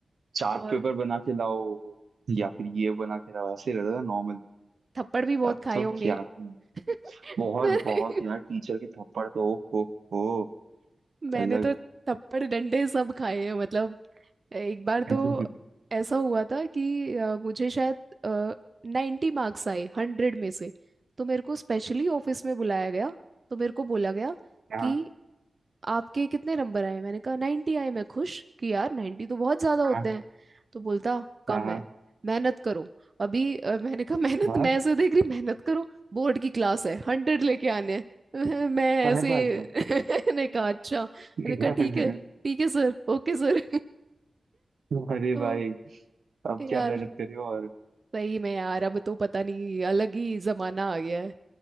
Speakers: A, on the right; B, on the right.
A: चार्ट
B: और
A: पेपर बना के लाओ या फिर ये बना के लाओ ऐसे ही रहता था नॉर्मल
B: थप्पड़ भी बहुत
A: अब
B: खाए
A: तो
B: होंगे
A: क्या ही
B: <laughs>
A: बहुत
B: पर
A: बहुत यार टीचर के थप्पड़ तो ओ हो हो
B: मैंने
A: अलग
B: तो थप्पड़ डंडे सब खाए हैं मतलब एक बार
A: <laughs>
B: तो ऐसा हुआ था कि अ, मुझे शायद नाइन्टी मार्क्स आए हंड्रेड में से तो मेरे को स्पेशली ऑफिस में बुलाया गया तो मेरे को बोला गया
A: हाँ
B: कि आपके कितने नंबर आए मैंने कहा 90 आए मैं खुश कि यार 90 तो बहुत ज्यादा होते
A: हाँ
B: हैं तो बोलता कम
A: हाँ हाँ
B: है मेहनत करो अभी अ, मैंने कहा मेहनत
A: हाँ,
B: मैं ऐसे देख रही मेहनत करो बोर्ड की क्लास है हंड्रेड लेके आने हैं <laughs> मैं
A: अरे
B: ऐसे
A: भाई साहब
B: <laughs> ने कहा अच्छा मैंने
A: <laughs>
B: कहा ठीक है ठीक है सर ओके सर <laughs>
A: अरे
B: तो
A: भाई अब
B: यार
A: क्या मेहनत करे और
B: सही में यार अब तो पता नहीं अलग ही जमाना आ गया है